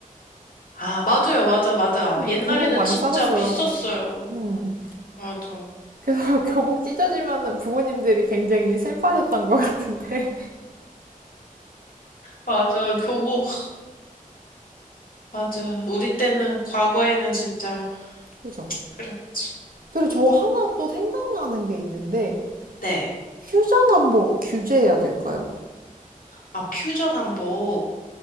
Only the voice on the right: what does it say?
그죠?
교복 많이
싸졌어요.
음.
그래서 <laughs> 교복 찢어지면은 부모님들이 굉장히 슬퍼하셨던 것 같은데.
<laughs> 그죠.
그리고 저 하나 또 생각나는 게 있는데,
퓨전 한복 규제해야 될까요?